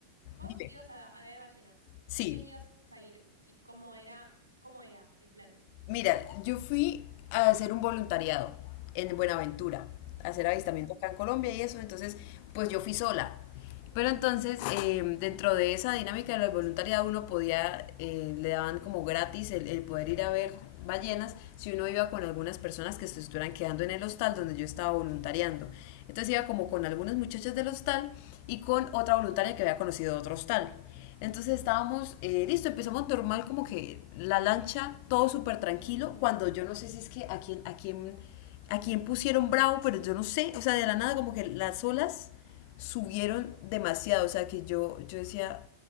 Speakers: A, on the right (about 85°); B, on the left (about 45°).
A: vos
B: dime,
A: ibas a, a ver ballenas.
B: sí,
A: ¿Con quién ibas a ir? ¿Y cómo era, cómo era el plan?
B: Mira, yo fui a hacer un voluntariado en Buenaventura, a hacer avistamiento
A: Mm.
B: acá en Colombia y eso, entonces pues yo fui sola. Pero entonces, eh, dentro de esa dinámica del voluntariado, uno podía, eh, le daban como gratis el, el poder ir a ver ballenas si uno iba con algunas personas que se estuvieran quedando en el hostal donde yo estaba voluntariando. Entonces iba como con algunas muchachas del hostal y con otra voluntaria que había conocido de otro hostal. Entonces estábamos, eh, listo, empezamos normal, como que la lancha, todo súper tranquilo, cuando yo no sé si es que a quién, a quién, a quién pusieron bravo, pero yo no sé, o sea, de la nada como que las olas subieron demasiado, o sea, que yo, yo decía,